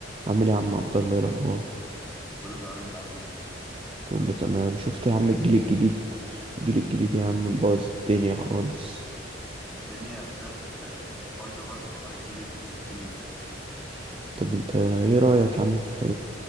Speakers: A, on the right; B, in the centre.
A: عامل ايه يا عم عبد الله إيه الاخبار
B: كله تمام انت عامل ايه
A: كله تمام شفت يا عم الجيل الجديد الجيل الجديد يا عم مبوظ الدنيا خالص
B: الدنيا بجد بايظه خالص في حوار الجيل الج- الجديد ده
A: طب انت ايه رأيك يا عم في